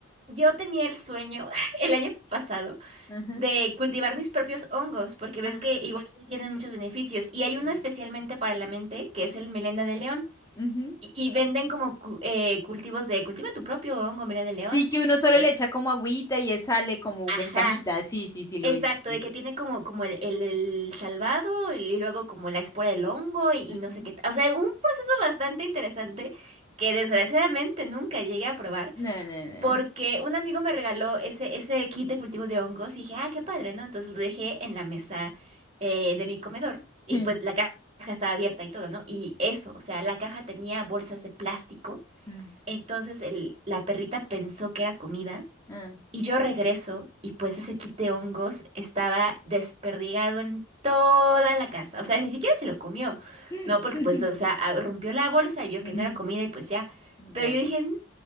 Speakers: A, on the right; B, on the left.
A: Yo tenía el sueño <laughs> el año pasado
B: Ajá.
A: de cultivar mis propios hongos, porque ves
B: Ah,
A: que igual tienen muchos beneficios. Y hay uno
B: sí.
A: especialmente para la mente, que es el melena de león.
B: Ujú.
A: Y, y venden como cu- eh, cultivos de cultiva tu propio hongo, melena de león.
B: Sí, que uno solo
A: Es,
B: le echa como agüita y él sale como
A: ajá.
B: en cajita. Sí, sí, sí, lo
A: Exacto,
B: vi. lo vi.
A: de que tiene como, como el, el, el salvado y luego como la espora del hongo y, y
B: Ujú.
A: no sé qué. ta- O sea, un proceso bastante interesante que desgraciadamente nunca llegué a probar
B: No, no,
A: porque
B: no.
A: un amigo me regaló ese, ese kit de cultivo de hongos y dije, ah, qué padre, ¿no? Entonces lo dejé en la mesa eh, de mi comedor y
B: <laughs>
A: pues la ca- caja estaba abierta y todo, ¿no? Y eso, o sea, la caja tenía bolsas de plástico,
B: Ah.
A: entonces el, la perrita pensó que era comida.
B: Ah.
A: Y yo regreso y pues ese kit de hongos estaba desperdigado en toda la casa. O sea, ni siquiera se lo comió,
B: <laughs>
A: ¿no? Porque pues, o sea, a- rompió la bolsa y vio
B: Ujú.
A: que no era comida y pues ya. Pero
B: Ya.
A: yo dije, no,